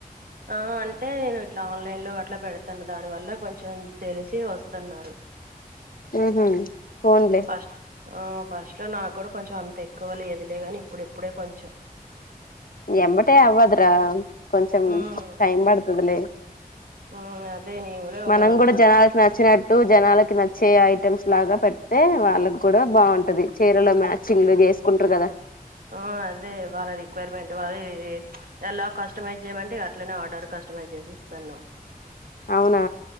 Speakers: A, on the right (about 70°); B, on the left (about 65°).
A: ఆ అంటే నేను ఇట్లా ఆన్లైన్ లో అట్ల పెడ్తాను దాని వల్ల కొంచెం తెలిసి ఒస్తున్నారు
B: ఉహు, ఫోన్లే
A: ఫస్ట్ అ ఫస్ట్ లో నాగూడా కొంచెం అంత ఎక్కువ లేదులే గని ఇప్పుడు ఇప్పుడే కొంచెం
B: ఎమ్మటే అవ్వద్రా కొంచం
A: ఉమ్
B: టైం పడ్తదిలే
A: ఉమ్ అదే నేను కూడా ఒక
B: మనం
A: వన్
B: గుడా
A: మంత్
B: జనాల్కి నచ్చిన ట్టూ జనాలకి నచ్చే ఐటెమ్స్ లాగా పెడ్తే వాళ్ళకూడ బాంటది చీరల మ్యాచింగ్ స్కుంట్రు గదా
A: ఆ అదే వాళ్ళ రిక్వైర్మెంట్ వాళ్ ఈ ఎలా కస్టమైజ్ చేయమంటిగా అట్లనే ఆర్డర్ కస్టమైజ్ జేస్ స్తున్నా
B: అవునా